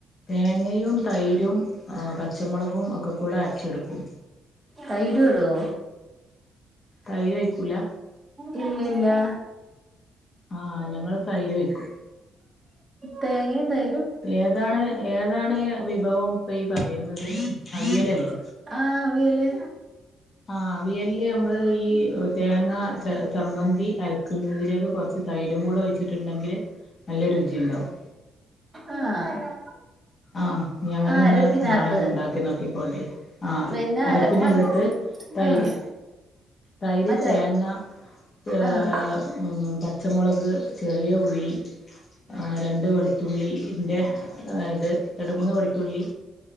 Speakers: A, on the left (about 40°); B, on the right (about 15°).
A: തേങ്ങയും തൈരും പച്ചമൊളകും ഒക്ക കൂടെ അരച്ചെടുക്കും.
B: തൈര് ഇടുവോ?
A: തൈര് ഒയ്ക്കൂലാ.
B: ഇല്ല ഇല്ലാ.
A: ആഹ് ഞങ്ങള് തൈര് ഒഴിക്കും
B: തേങ്ങി തൈ
A: ഏതാണ് ഏതാണ് വിഭവം ഇപ്പോ ഈ പറയുന്നത് അവിയലല്ലേ?
B: ആഹ് അവിയല്.
A: ആഹ് അവിയൽല്ല് ഞമ്മള് ഈ തേങ്ങ ച ചമ്മന്തി അരക്കുന്നതിലേക്ക് കൊർച്ച് തൈരും കൂടെ ഒഴിച്ചിട്ടുണ്ടെങ്കില് നല്ല രുചിയുണ്ടാവും.
B: ആഹ്.
A: ആഹ് നീ അങ്ങനെ
B: ആഹ്
A: ഒന്ന്
B: അരപ്പിനകത്ത്
A: നാളെ ഒന്ന് ഉണ്ടാക്കി നോക്കിക്കോണ്ടി ആഹ്
B: പിന്നെ
A: അരപ്പിനകത്ത്
B: അര മൻസ്
A: തൈര്
B: ആഹ്.
A: തൈര്
B: മറ്റേ
A: തേങ്ങ ഏ
B: ആഹ്
A: ഉം പച്ചമൊളക് ചെറിയ ഉള്ളി ആഹ് രണ്ട് വെളുത്തുള്ളി ന്റെ ഇത് രണ്ട് മൂന്ന് വെളുത്തുള്ളി